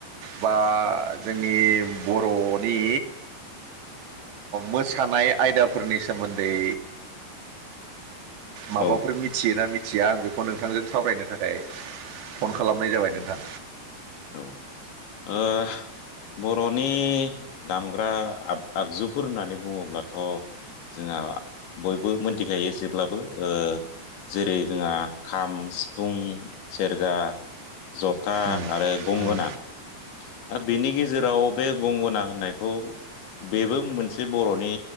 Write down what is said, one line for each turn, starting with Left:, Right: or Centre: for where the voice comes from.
Right: बा जोंनि बर'नि मोसानाय आयदाफोरनि सोमोन्दै माबाफोर
Left: औ
Right: मिथियोना? मिथिया आं बेखौ नोंथांजों सावरायनो थाखाय फन खालामनाय जाबाय नोंथां।
Left: औ आ बर'नि दामग्रा आब-आगजुफोर होननानै बुङोब्लाथ' जोंहा बयबो मोनथिखायो एसेब्लाबो ओ जेरै जोंहा खाम सिफुं सेरजा जथा
Right: उम,
Left: आरो गंगना
Right: उम,
Left: आरो बेनि गेजेराव बे गंगना होननायखौ बेबो मोनसे बर'नि